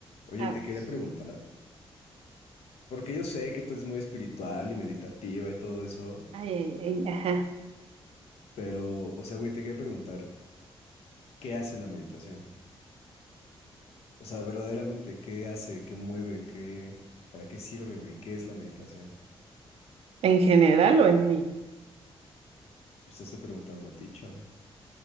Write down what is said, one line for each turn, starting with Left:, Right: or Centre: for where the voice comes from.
Left: Oye,
Right: A
Left: te
Right: ver.
Left: quería preguntar, porque yo sé que tú eres muy espiritual y meditativa y todo eso,
Right: Ay, ay, ay, ajá.
Left: pero, o sea, güey, te quería preguntar, ¿qué hace la meditación? O sea, verdaderamente, ¿qué hace? ¿Qué mueve? ¿Qué, para qué sirve, güey? ¿Qué es la meditación?
Right: ¿En general o en mí?
Left: Pues te estoy preguntando a ti, chava.